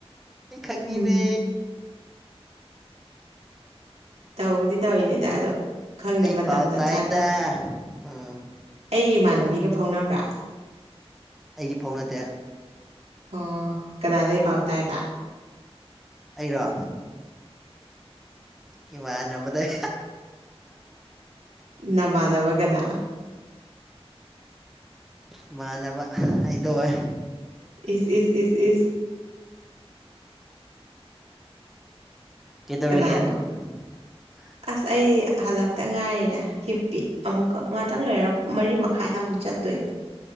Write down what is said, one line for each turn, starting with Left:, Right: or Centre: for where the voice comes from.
Centre: ꯈꯪꯀꯤꯅꯦ
Right: ꯎꯝ ꯇꯧꯕꯗꯤ ꯇꯧꯏꯅꯤꯗ ꯑꯗꯣ ꯈꯪꯗꯦ
Centre: ꯑꯩ
Right: ꯃꯇꯝꯗ
Centre: ꯄꯥꯎ ꯇꯥꯏꯗ
Right: ꯆꯥꯟꯅ
Centre: ꯎꯝ
Right: ꯑꯩꯒꯤ ꯏꯃꯥꯟꯅꯕꯤꯒ ꯐꯥꯎꯅꯕ꯭ꯔꯥ
Centre: ꯑꯩꯗꯤ ꯐꯥꯎꯅꯗꯦ
Right: ꯑꯣ ꯀꯅꯥꯗꯒꯤ ꯄꯥꯎ ꯇꯥꯏꯕ
Centre: ꯑꯩꯔꯥ ꯀꯃ ꯅꯕꯗꯥꯏ
Right: ꯅꯃꯥꯟꯅꯕꯒꯅ
Centre: ꯏꯃꯥꯟꯅꯕ ꯍꯥꯏꯗꯣꯏ
Right: ꯑꯦꯁ ꯑꯦ ꯑꯦ
Centre: ꯀꯩꯗꯧꯔꯒꯦ
Right: ꯀꯅꯥꯅꯣ
Centre: <inaudible>
Right: ꯑꯁ ꯑꯩ ꯍꯜꯂꯛꯇ ꯉꯥꯏꯔꯤꯗ ꯍꯤꯞꯄꯤ ꯑꯃꯨꯛꯀ ꯉꯥꯛꯇꯪ ꯂꯩꯔ ꯃꯔꯤ ꯃꯈꯥꯏꯗ ꯑꯃꯨꯛ ꯆꯠꯇꯣꯏꯅꯤ